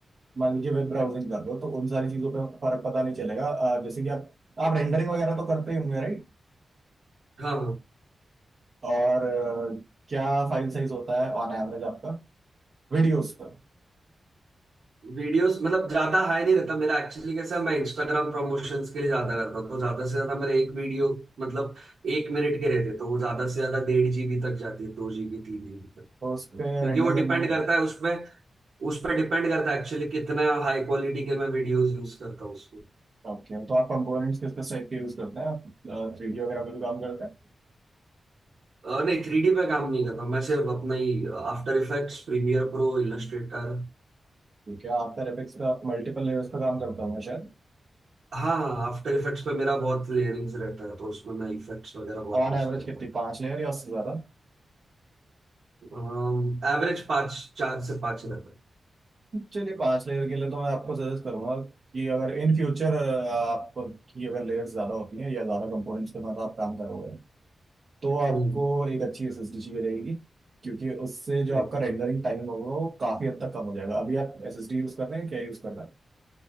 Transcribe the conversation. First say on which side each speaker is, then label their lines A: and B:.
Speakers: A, on the right; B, on the right.
A: मान लीजिए वेब ब्राउजिंग कर रहे हो तो उन सारी चीजों पे फर्क पता नहीं चलेगा अ, जैसे कि आप आप रेंडरिंग वगैरह तो करते ही होंगे राइट
B: हाँ
A: और अ, क्या फाइल साइज होता है ऑन एवरेज आपका वीडियोस का
B: वीडियोस मतलब ज्यादा हाई नहीं रहता मेरा एक्चुअली कैसा है, मैं इंस्टाग्राम प्रमोशंस के लिए ज्यादा करता हूं, तो ज्यादा से ज्यादा मेरे एक वीडियो मतलब एक मिनट के रहते तो वो ज्यादा से ज्यादा डेढ़ जीबी तक जाती है दो जीबी तीन जीबी तक
A: तो उस पे
B: क्योंकि
A: रेंडर
B: वो डिपेंड
A: करने में
B: करता है उसमें उस पर डिपेंड करता है एक्चुअली कितना हाई क्वालिटी के मैं वीडियोस यूज करता हूँ उसको
A: ओके तो आप कंपोनेंट्स किस किस टाइप के यूज करते हैं आप थ्री डी वगैरह पे भी काम करते हैं
B: अ, नहीं थ्री डी पे काम नहीं करता हूं, मैं सिर्फ अपना ही after effects premiere pro illustrator
A: क्योंकि आफ्टर इफेक्ट्स पे आप मल्टीपल लेयर्स पे काम करते होंगे शायद
B: हाँ आफ्टर इफेक्ट्स पे मेरा बहुत लेयरिंग्स रहता है तो उसमें मैं इफेक्ट्स वगैरह बहुत
A: ऑन
B: यूज
A: एवरेज
B: करता
A: कितनी
B: हूँ
A: पांच लेयर या उससे ज्यादा
B: एवरेज पाँच चार से पाँच रहता है
A: चलिए पांच लेयर के लिए तो मैं आपको सजेस्ट करूंगा कि अगर इन फ्यूचर आपकी अगर लेयर्स ज्यादा होती हैं या ज्यादा कंपोनेंट्स के साथ आप काम करोगे तो आपको
B: हम्म
A: एक अच्छी एसएसडी चाहिए रहेगी क्योंकि उससे जो
B: okay.
A: आपका रेंडरिंग टाइम होगा वो काफी हद तक कम हो जाएगा अभी आप एसएसडी यूज कर रहे हैं क्या यूज कर रहे